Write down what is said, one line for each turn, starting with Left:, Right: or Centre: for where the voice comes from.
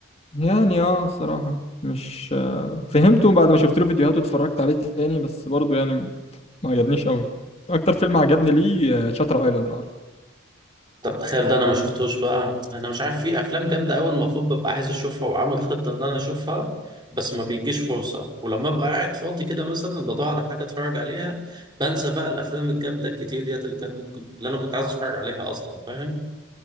Left: يعني اه الصراحه مش آه فهمته بعد ما شفت له فيديوهات واتفرجت عليه تاني بس برضو يعني ما عجبنيش قوي اكتر فيلم عجبني ليه آه، شاتر ايلاند لو عارف
Right: طب تخيل ده انا ما شفتوش بقى انا مش عارف في افلام جامده قوي المفروض ببقى عايز اشوفها وعامل خطه ان انا اشوفها بس ما بيجيش فرصه ولما ابقى قاعد فاضي كده مثلا بدور على حاجه اتفرج عليها بنسى بقى الافلام الجامده الكتير ديت اللي كان ممكن اللي انا كنت عايز اتفرج عليها اصلا فاهم